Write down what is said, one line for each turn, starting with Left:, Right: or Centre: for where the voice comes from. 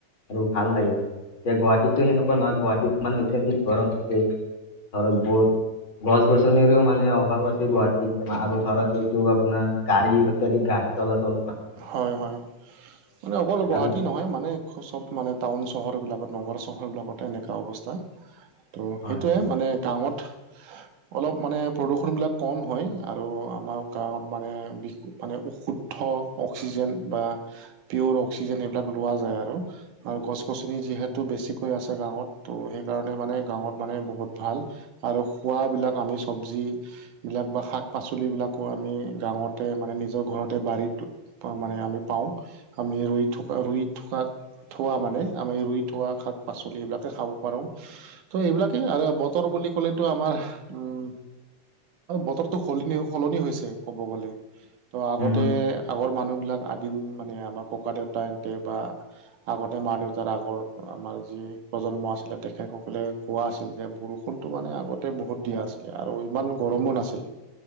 Left: আৰু ভাল লাগে তাৰে এতিয়া গুৱাহাটীতো সেনেকুৱা নয় গুৱাহাটীত মানে অত্যাধিক গৰম দিছে ধৰক বহুত গছ গছনিৰো মানে অভাৱ আছে গুৱাহাটীত আৰু ধৰক এইটো আপোনাৰ গাড়ী অত্যাধিক গা়ড়ী চলা- চল
Right: হয়, হয় মানে অকল গুৱাহাটী
Left: আৰু
Right: নহয় মানে চব মানে টাউন- চহৰবিলাকত নগৰ- চহৰবিলাকত এনেকুৱা অৱস্থা। ত'
Left: হয়
Right: সেইটোৱে মানে গাঁৱত অলপ মানে প্ৰদূষণবিলাক কম হয় আৰু আমাৰ গাঁৱত মানে বি মানে অশুদ্ধ অক্সিজেন বা পিয়'ৰ অক্সিজেন এইবিলাক লোৱা যায় আৰু। আৰু গছ গছনি যিহেতু বেছিকৈ আছে গাঁৱত, ত' সেইকাৰণে মানে গাঁৱত মানে বহুত ভাল। আৰু খোৱাবিলাক আমি চব্জি বিলাক বা শাক পাচলিবিলাকো আমি গাঁৱতে মানে নিজৰ ঘৰতে বাৰীত। পাওঁ, মানে আমি পাওঁ। আমি ৰুই থকা ৰুই থকাত, থোৱা মানে আমি ৰুই থোৱা শাক পাচলিবিলাক তে খাব পাৰো, ত' এইবিলাকে আৰু বতৰ বুলি ক'লেটো আমাৰ উম', বতৰটো সলনি সলনি হৈছে। ক'ব গ'লে, ত' আগতে
Left: উম
Right: আগৰ মানুহ বিলাক আদিম মানে আমাৰ ককা দেউতা হেন্তে বা আগতে মা দেউতাৰ আগৰ, আমাৰ যি প্ৰজন্ম আছিলে তেখেতসকলে কোৱা আছিল যে, বৰষুণটো মানে আগতে বহুত দিয়া আছিলে আৰু ইমান গৰমো নাছিল।